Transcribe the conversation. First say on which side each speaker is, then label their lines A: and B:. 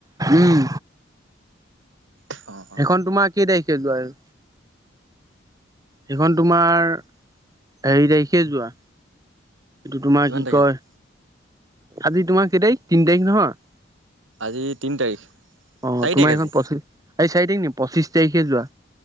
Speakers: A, on the right; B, on the right.
A: উম।
B: অ। অ
A: সেইখন তোমাৰ কেই তাৰিখে যোৱা আৰু? সেইখন তোমাৰ হেৰি তাৰিখে যোৱা এইটো তোমাৰ
B: কিমান
A: কি
B: তাৰিখে
A: কয়,
B: যোৱা?
A: আজি তোমাৰ কেই তাৰিখ তিন তাৰিখ নহয়?
B: আজি তিনি তাৰিখ।
A: অ
B: চাৰি
A: তোমাৰ
B: তাৰিখ
A: এইখন
B: আজি।
A: পঁচিশ আজি চাৰি তাৰিখ নি? পঁচিশ তাৰিখে যোৱা।